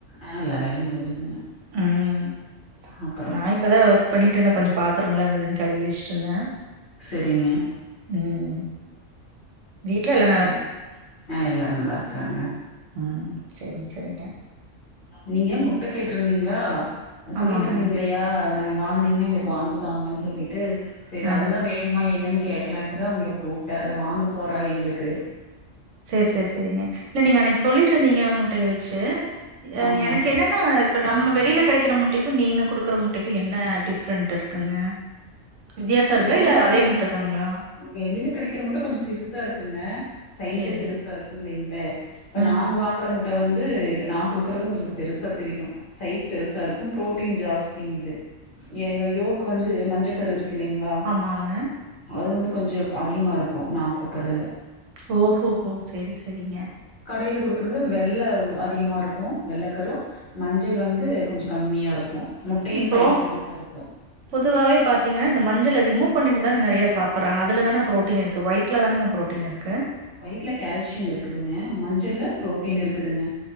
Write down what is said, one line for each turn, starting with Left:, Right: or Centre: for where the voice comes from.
Left: அ எல்லா வேலையு முடிஞ்சுதுங்க
Right: ம்
Left: அப்புறம்
Right: நா இப்பதா ஒர்க் பண்ணிட்ருந்த கொஞ்சோ பாத்திரம்ல இருந்ததுன் கழுவி வச்சிட்ருந்த
Left: செரிங்க
Right: ம் வீட்ல எலா
Left: ம் அ எல்லாரும் நல்லாருக்காங்க
Right: அ செரிங் செரிங்க
Left: நீங்க முட்ட கேட்ருந்திங்ளா சொல்லிட்ருந்திங்கிலையா
Right: ஆமாங்க
Left: னங் வாங்குனீங்னா எங்களுக்கு வாங்கி தாங்கன் சொல்லிட்டு செரி
Right: அதா
Left: அதுதா
Right: அதா
Left: வே னுமா என்னன் கேக்லான்ட்டுதா உங்கள கூப்ட அத வாங்க போற எங்களுக்கு
Right: சேர் சேர் செரிங்க இல்ல நீங்க அன்னிக்கு சொல்லிட்ருந்தீங்க முட்டய வெச்சு அ
Left: ஆமாங்க
Right: எனக்கென்னன் னா இப்ப நம்ம வெளியில கிடைக்கிற முட்டைக்கும் நீங்க குடுக்குற முட்டைக்கும் என்ன டிஃப்ரெண்ட் இருக்குங்க வித்தியாசம் இருக்கா
Left: வெளியில
Right: இல்ல அதே முட்ட தாங்களா
Left: வெளியில கிடைக்கிற முட்ட கொஞ்சோ சிறுசா இருக்குங்க சைஸே
Right: சேரிங்க
Left: சிறுசா இருக்குன்னு வைங்ளே இப்ப
Right: ம்
Left: நாங்க வாங்குற முட்ட வந்து இப்ப நா குடுக்குறது உங்களுக்கு பெருசா தெரியு சைஸ் பெருசா இருக்கும் ப்ரோட்டீன் ஜாஸ்திங்க இது எதோ யோக் வந்து மஞ்சக்கரு இருக்கு இல்லைங்களா
Right: ஆமாங்க
Left: அது வந்து கொஞ்சோ அதிகமாக இருக்கு நா குடுக்குறதுல
Right: ஓ ஹோ ஹோ செரி செரிங்க
Left: கடையில குடுக்குறதுல வெள்ள அதிகமா இருக்கு வெள்ள கரு மஞ்சள் வந்து கொஞ்சோ கம்மியா இருக்கூ முட்டையு
Right: இப்போ
Left: சைஸ் சிறுசா இருக்கும்
Right: பொதுவாவே பாத்திங்கன்னா இந்த மஞ்சள ரிமுவ் பண்ணிட்டுதா நெறைய சாப்புட்றாங்க அதுல தான புரோட்டீன் இரு க்கு வைட்ல தானங்க புரோட்டின் இருக்கு
Left: வைட்ல கால்சியம் இருக்குதுங்க மஞ்சள்ல ப்ரோட்டீன் இருக்குதுங்க